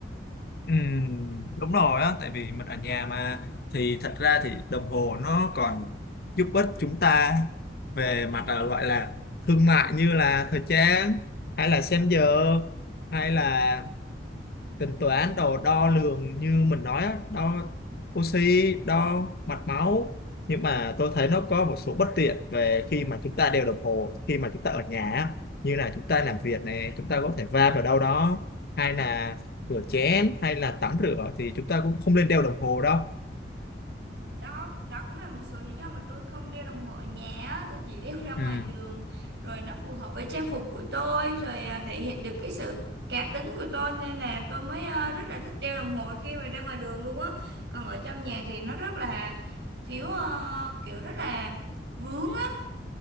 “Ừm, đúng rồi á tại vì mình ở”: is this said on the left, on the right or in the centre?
Left